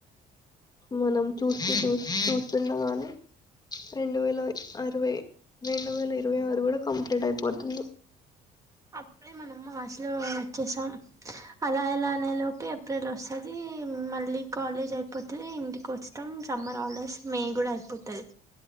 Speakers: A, on the left (about 25°); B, on the right (about 20°).
A: మనం చూస్తూ చూస్తూ చూస్తుండగానే రెండు వేల అరవై, రెండు వేల ఇరవై ఆరు కూడా కంప్లీట్ అయిపోతుంది.
B: అప్పుడే మనము హస్లు వచ్చేసాం, అలా ఎలా అనే లోప ఏప్రిల్ వస్తుంది మళ్ళీ కాలేజ్ అయిపోతుంది ఇంటికి వస్తాం సమ్మర్ అప్పుడే అపుడే మనం హాస్టల్ నుండి వచ్చేశాం. అలా ఎలా అనే లోపే ఏప్రిల్ వస్తది, మళ్ళీ కాలేజ్ అయిపోతది, ఇంటికి వస్తాం సమ్మర్ హాలిడేస్ మే కూడా అయిపోతది